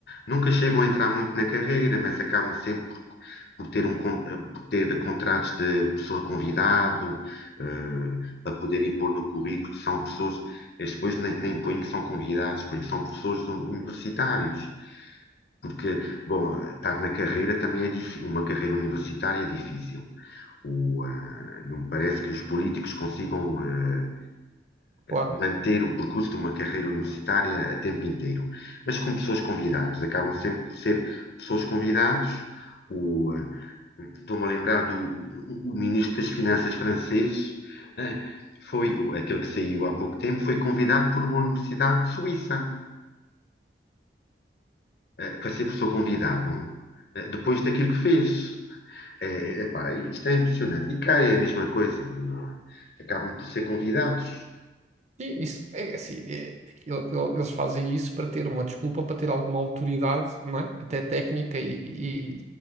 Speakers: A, on the left (about 60°); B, on the right (about 40°).
A: nunca chegam a entrar muito na carreira, mas acabam sempre por, por ter um, con- eh, por ter contratos de professor convidado, eh, para poderem pôr no currículo que são pessoas, eles depois nem, nem põem que são convidados, põem que são professores universitários. Porque, bom, estar na carreira também é difícil, uma carreira universitária é difícil. O, ah, não me parece que os políticos consigam ah,
B: lá.
A: manter o percurso de uma carreira universitária a tempo inteiro. Mas com pessoas convidadas, acabam sempre por ser pessoas convidadas. O, ah, Estou-me a lembrar do o ministro das Finanças francês, uh, foi aquele que saiu há pouco tempo, foi convidado por uma universidade suíça uh, para ser professor convidado, uh, depois daquilo que fez. É, epá, isto é impressionante. E cá é a mesma coisa. não é? Acabam por ser convidados.
B: E isso, é é assim, é- ele- ele- eles fazem isso para ter uma desculpa, para ter alguma autoridade, não é? Até técnica e, e-